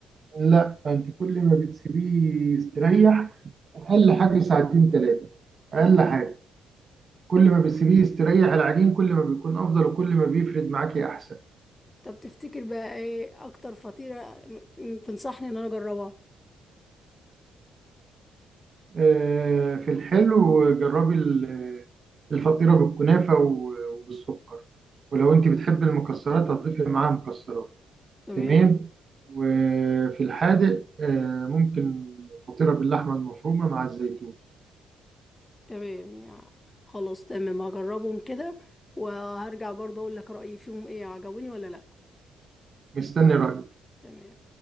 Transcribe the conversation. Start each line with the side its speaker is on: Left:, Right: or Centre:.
Right: لا انت كل ما بتسيبيه يستريح اقل حاجه ساعتين ثلاثه اقل حاجه كل ما بتسيبيه يستريح العجين كل ما بيكون افضل وكل ما بيفرد معاكي احسن
Left: طب تفتكر بقى ايه اكتر فطيرة م- تنصحني ان انا اجربها
Right: آه، في الحلو جربي ال- الفطيره بالكنافه و- وبالسكر ولو انت بتحبي المكسرات هتضيفي معاها مكسرات
Left: تمام
Right: تمام وفي الحادق آه، ممكن فطيره باللحمه المفرومه مع الزيتون
Left: تمام يا خلاص تمام هجربهم كده وهرجع برضه اقول لك رأيي فيهم ايه عجبوني ولا لا
Right: مستني رايك
Left: تمام